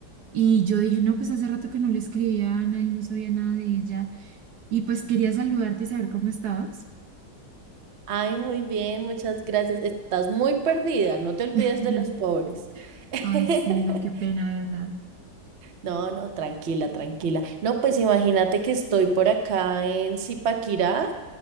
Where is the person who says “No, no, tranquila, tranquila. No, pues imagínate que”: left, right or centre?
Right